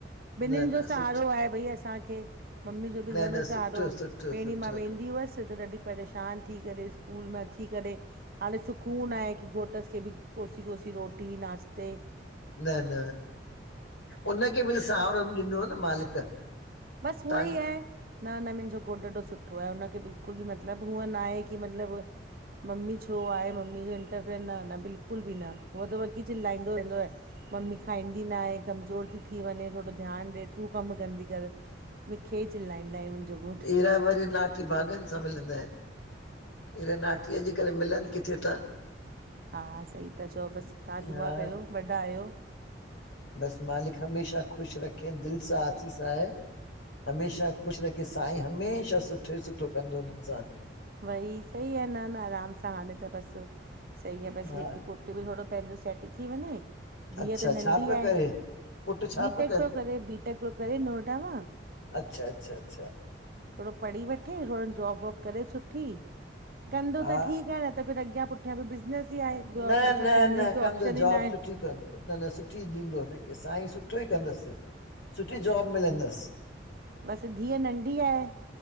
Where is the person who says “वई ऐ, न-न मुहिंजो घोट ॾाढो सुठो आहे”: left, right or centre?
Right